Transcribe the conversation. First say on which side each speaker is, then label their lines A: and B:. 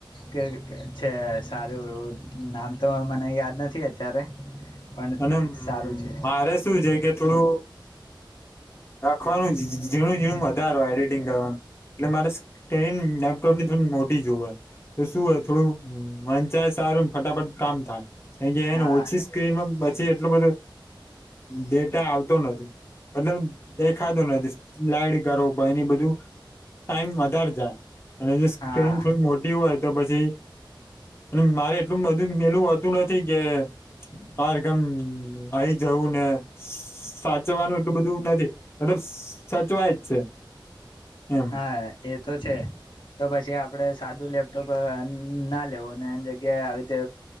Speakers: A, on the left (about 65°); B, on the left (about 30°).
A: કે છે સારું એવું નામ તો મને યાદ નથી અત્યારે પણ
B: અને હ
A: સારું છે
B: મારે શું છે કે થોડું રાખવાનું જ ઝણ ઝીણું વધારેો હોય એડિટિંગ કરવાનું એટલે મારે સ્ક્રીન લેપટોપની થોડી મોટી જોવ હોય તો શું હોય થોડું વંચાય સારું ફટાફટ કામ થાય કાર કે એને
A: હા
B: ઓછી સ્ક્રીનમાં પછી એટલું બધું ડેટા આવતો નથી મતલબ દેખાતું નથી લાયડી કરો પણ એની બધું ટાઈમ વધારે જાય અને જો સ્ક્રીન
A: હા
B: થોડી મોટી હોય તો પછી અને મારે એટલું બધું મેલું હોતું નથી કે હ ગમ આઈ જવું ને સાચવાનું એટલું બધું નથી મલબ સચવાય જ છે એમ
A: હા એ તો છે તો પછી પ આપણે સાદું લેપટોપ ના લેવું એ જગ્યાએ આવી રીતે